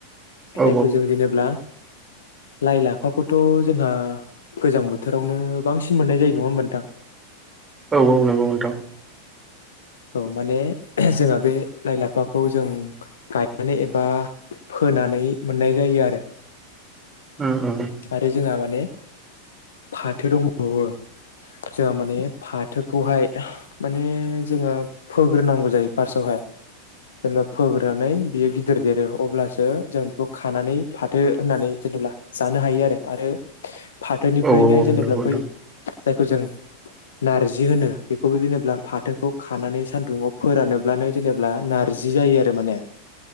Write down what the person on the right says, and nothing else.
औ
औ औ नंगौ नोंथां
उम उम
औ औ नंगौ
नोंथां